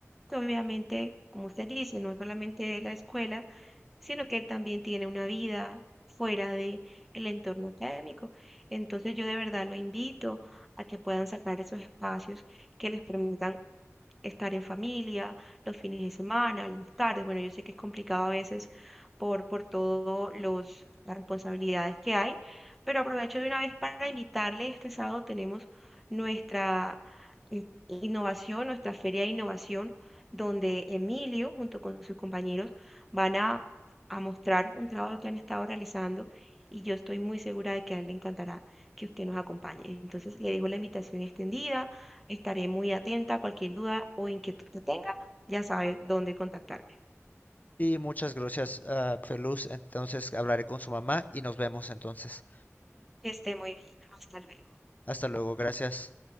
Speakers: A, in the centre; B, on the left.
A: Que obviamente, como usted dice, no solamente la escuela, sino que él también tiene una vida fuera de el entorno académico. Entonces yo de verdad lo invito a que puedan sacar esos espacios que les permitan estar en familia, los fines de semana, las tardes. Bueno, yo sé que es complicado a veces por, por todas los las responsabilidades que hay, pero aprovecho de una vez para invitarle. Este sábado tenemos nuestra in- innovación, nuestra feria de innovación, donde Emilio, junto con sus compañeros, van a, a mostrar un trabajo que han estado realizando. Y yo estoy muy segura de que a él le encantará que usted nos acompañe. Entonces le dejo la invitación extendida. Estaré muy atenta a cualquier duda o inquietud que tenga. Ya sabes dónde contactarme.
B: Y muchas gracias, uh, Feluz. Entonces hablaré con su mamá y nos vemos entonces.
A: Que esté muy bien. Hasta luego.
B: Hasta luego, gracias.